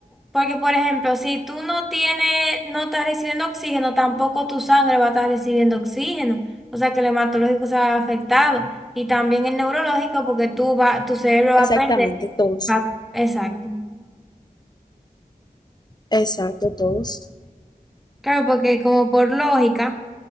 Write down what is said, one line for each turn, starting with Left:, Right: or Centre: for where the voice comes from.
Centre: porque por ejemplo, si tú no tienes, no estás recibiendo oxígeno, tampoco tu sangre va a estar recibiendo oxígeno. O sea que el hematológico se va afectado y también el neurológico porque tú va, tu cerebro va
Left: Exactamente,
Centre: a perder.
Left: todos.
Centre: va- exacto.
Left: Exacto, todos.
Centre: Claro, porque como por lógica